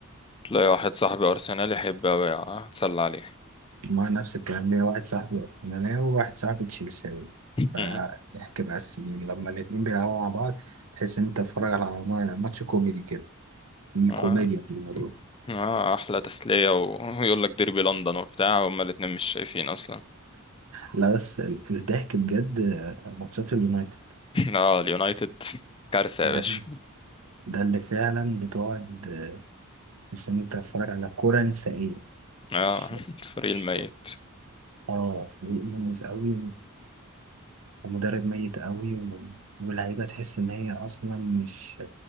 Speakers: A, on the left; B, on the right.
A: تلاقي واحد صاحبي ارسنال يحب اوي آه، اتسلى عليه
B: ما نفس الكلام ليا واحد صاحبي ارسنالي وواحد صاحبي تشيلساوي فاحكي
A: مم.
B: بقى السنين لما الاتنين بيلعبوا مع بعض تحس ان انت بتتفرج على ما- ماتش كوميدي كده في
A: اه
B: كوميديا في الموضوع
A: اه احلى تسلية و- ويقول لك ديربي لندن وبتاع هما الاتنين مش شايفين اصلا
B: لا بس ال- الضحك بجد آه، ماتشات اليونايتد
A: <laughs> اه اليونايتد كارثة يا
B: ده
A: باشا
B: ده اللي فعلا بتقعد آه، تحس ان انت بتتفرج على كرة نسائية
A: اه
B: مش
A: <laughs> الفريق
B: مش-
A: الميت
B: اه فريق مميز قوي ومدرب ميت قوي و- واللعيبة تحس إن هي أصلا مش